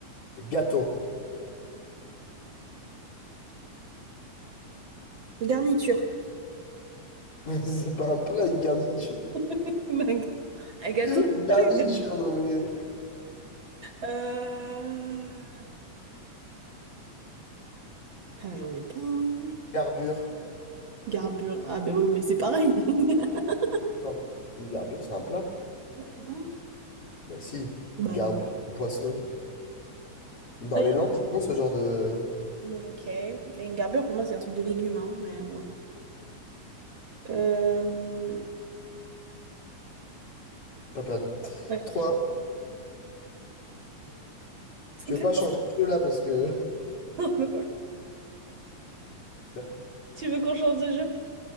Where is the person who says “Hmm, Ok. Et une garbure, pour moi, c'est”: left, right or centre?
Right